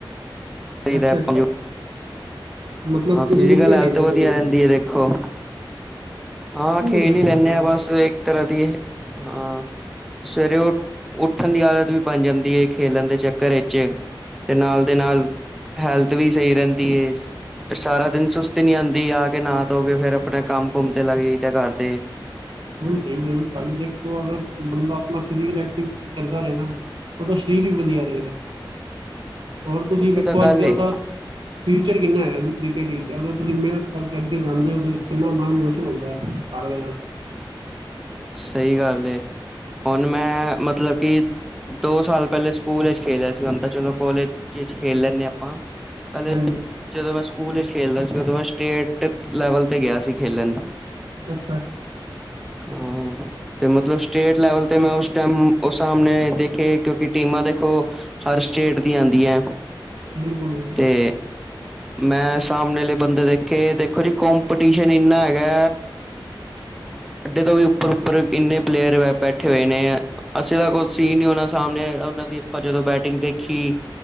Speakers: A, in the centre; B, on the right (about 70°).
A: ਚਾਹੀਦਾ
B: ਅੱਛਾ-
A: ਆਪਾਂ
B: ਅੱਛਾ।
A: ਨੂੰ
B: ਮਤਲਬ
A: ਹਾਂ, ਫਿਜੀਕਲ
B: ਤੁਸੀਂ ਵਧੀਆ
A: ਹੈਲਥ,
B: ਖੇਲੋਗੇ
A: ਵਧੀਆ ਰੈਂਦੀ
B: ਫਿਰ
A: ਐ ਦੇਖੋ। ਹਾਂ, ਖੇਲ
B: ਬਿਲਕੁਲ
A: ਈ ਲੈਂਨੇ
B: ਸਹੀ
A: ਆ।
B: ਗੱਲ
A: ਬਸ
B: ਹੈ
A: ਇੱਕ, ਤਰਾਂ ਦੀ ਏ। ਹਾਂ। ਸਵੇਰੇ ਉਠ, ਉੱਠਣ ਦੀ ਆਦਤ ਵੀ, ਬਣ ਜਾਂਦੀ ਏ। ਖੇਲਣ ਦੇ ਚੱਕਰ ਵਿੱਚ। ਤੇ ਨਾਲ ਦੇ ਨਾਲ। ਹੈਲਥ ਵੀ ਸਈ ਰੈਂਦੀ ਏ। ਸਾਰਾ ਦਿਨ ਸੁਸਤੀ ਨੀ ਆਂਦੀ। ਆ ਕੇ ਨਾ- ਧੋ ਕੇ ਫੇਰ ਆਪਣੇ। ਕੰਮ- ਕੁੁੰਮ ਤੇ ਲੱਗ ਜਾਈ, ਦਾ ਘਰ ਦੇ।
B: ਨਈ, ਸਈ ਏ। ਪੈਲੇ ਦੇਖੋ ਅਗਰ, ਬੰਦਾ ਆਪਣਾ ਫਿਜੀ ਐਕਟੀਵਿਟੀ, ਕਰਦਾ ਰਏ ਨਾ। ਓਦਾ ਸਰੀਰ ਵੀ, ਵਧੀਆ ਰਏਗਾ।
A: <inaudible>
B: ਹੋਰ ਤੁਸੀਂ
A: ਉਹੀ
B: ਵੇਖੋ,
A: ਤਾਂ ਗੱਲ
B: ਅੱਜ ਕਲ
A: ਏ
B: ਦਾ। ਫਿਊਚਰ ਕਿੰਨਾ ਹੈਗਾ ਜੀ। ਕ੍ਰਿਕਟ ਚ ਅਗਰ, ਤੁਸੀਂ ਮੇਨਤ ਕਰਕੇ, ਅੱਗੇ ਜਾਂਦੇ ਓ ਕਿੰਨਾ ਨਾਮ, ਰੋਸ਼ਨ ਹੁੰਦਾ ਐ। ਕਰ ਰਿਆਂ।
A: ਸਈ ਗੱਲ ਏ। ਹੁਣ ਮੈਂ ਮਤਲਬ ਕੀ। ਦੋ ਸਾਲ ਪੈਲੇ ਸਕੂਲ ਵਿਚ ਖੇਲਦਾ ਸੀ। ਹੁਣ ਤਾਂ ਚਲੋ ਕੋਲਜ ਚ ਖੇਲ ਲੈਂਦੇ ਆਪਾਂ। ਪੈਲੇ
B: ਹਾਂਜੀ
A: ਜਦੋਂ ਮੈਂ ਸਕੂਲ ਵਿੱਚ ਖੇਡਦਾ ਸੀ। ਓਦੋਂ ਮੈਂ ਸਟੇਟ ਤੇ ਲੈਵਲ ਤੇ ਗਿਆ ਸੀ ਖੇਲਣ।
B: ਅੱਛਾ
A: ਹਾਂ ਤੇ ਮਤਲਬ ਸਟੇਟ ਲੈਵਲ ਤੇ ਮੈਂ ਓਸ ਟੈਮ ਓ ਸਾਮਣੇ ਦੇਖੇ ਕਿ ਟੀਮਾਂ ਦੇਖੋ ਹਰ ਸਟੇਟ ਦੀਆਂ ਆਂਦੀਆਂ।
B: ਬਿਲਕੁਲ ਬਿਲਕੁਲ
A: ਤੇ ਮੈਂ ਸਾਮਣੇ ਅਲੇ ਬੰਦੇ ਦੇਖੇ ਦੇਖੋ ਜੀ ਕੰਪੀਟੀਸ਼ਨ ਏਨਾ ਹੈਗਾ। ਸਾਡੇ ਤੋਂ ਵੀ ਉੱਪਰ ਉੱਪਰ ਏਨੇ ਪਲੇਅਰ ਵ ਬੈਠ ਕੱਠੇ ਹੋਏ ਨੇ ਐ। ਅਸੀਂ ਤਾਂ ਕੋ ਸੀ ਨੀ ਓਨਾ ਸਾਮਣੇ ਉਨਾਂ ਦੀ ਆਪਾਂ ਜਦੋਂ ਬੈਟਿੰਗ ਦੇਖੀ।